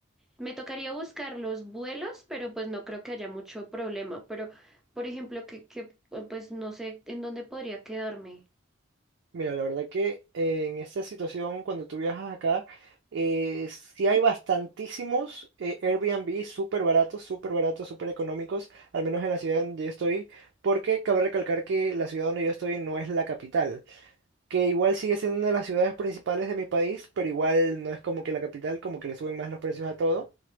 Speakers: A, in the centre; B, on the right.
A: Me tocaría buscar los vuelos, pero pues no creo que haya mucho problema. Pero, por ejemplo, que, que pues no sé en dónde podría quedarme.
B: Mira, la verdad que eh, en esta situación, cuando tú viajas acá, eh, sí hay bastantísimos eh, Airbnb súper baratos, súper baratos, súper económicos, al menos en la ciudad donde yo estoy, porque cabe recalcar que la ciudad donde yo estoy no es la capital que igual sigue siendo una de las ciudades principales de mi país, pero igual no es como que la capital, como que le suben más los precios a todo.